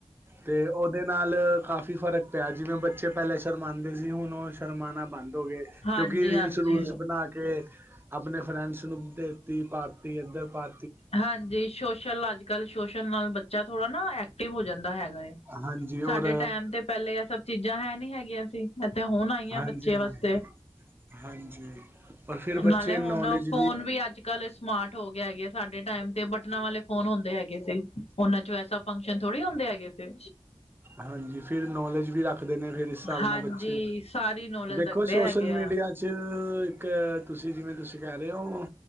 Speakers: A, on the right; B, on the left.
A: ਤੇ ਓਦੇ ਨਾਲ ਕਾਫੀ ਫ਼ਰਕ ਪਿਆ ਜਿਵੇਂ, ਬੱਚੇ ਪਹਿਲੇ ਸ਼ਰਮਾਦੇ ਸੀ ਹੁਨ ਓ ਸ਼ਰਮਾਣਾ ਬੰਦ ਹੋ ਗਏ
B: ਹਾਂਜੀ
A: ਕਿਉਂਕਿ ਰੀਲਸ
B: ਹਾਂਜੀ
A: ਰੂਲਸ ਬਣਾ ਕੇ ਕੇ ਆਪਣੇ ਫਰੈਂਡਸ ਨੂੰ ਦੇਤੀ ਪਾਤੀ ਇੱਧਰ ਪਾ
B: ਹਾਂਜੀ ਸੋਸ਼ਲ ਅੱਜ-ਕੱਲ੍ਹ ਸੋਸ਼ਲ ਨਾਲ ਬੱਚਾ ਥੋੜ੍ਹਾ ਨਾ ਐਕਟਿਵ ਹੋ ਜਾਂਦਾ ਹੈਗਾ।
A: ਹਾਂਜੀ ਔਰ
B: ਸਾਡੇ ਟਾਈਮ ਤੇ ਪਹਿਲੇ ਇਹ ਸਭ ਚੀਜ਼ਾਂ ਹੈ ਨੀ ਹੈਗੀਆਂ ਸੀ। ਇੱਥੇ ਹੁਣ ਆਈਆਂ
A: ਹਾਂਜੀ
B: ਬੱਚੇ
A: ਹਾਂਜੀ
B: ਬਸ
A: ਹਾਂਜੀ ਪਰ ਫਿਰ ਬੱਚੇ
B: ਨਾਲੇ
A: ਨੌਲੇਜ
B: ਹੁਣ ਫੋਨ ਵੀ ਅੱਜ ਅ ਕੱਲ ਸਮਾਰਟ ਹੋ ਗਿਆ ਹੈਗੇ। ਸਾਡੇ ਟਾਈਮ ਤੇ ਬਟਨਾਂ ਵਾਲੇ ਫੋਨ ਹੁੰਦੇ ਹੈਗੇ ਸੀ। ਉਹਨਾਂ ਚ ਵੈਸਾ ਫੰਕਸ਼ਨ ਥੋੜ੍ਹੀ ਹੁੰਦੇ ਹੈਗੇ ਫਿਰ
A: ਹਾਂਜੀ ਫਿਰ ਨੌਲੇਜ ਵੀ ਰੱਖਦੇ ਨੇ। ਫਿਰ ਇਸ ਹਿਸਾਬ
B: ਹਾਂਜੀ
A: ਨਾਲ ਬੱਚੇ
B: ਸਾਰੀ ਨੌਲੇਜ
A: ਦੇਖੋ
B: ਰੱਖਦੇ
A: ਸੋਸ਼ਲ
B: ਹੈਗੇ ਆ
A: ਮੀਡੀਆ ਇੱਕ ਤੁਸੀਂ ਜਿਵੇਂ ਤੁਸੀਂ ਕਹਿ ਰਹੇ ਹੋ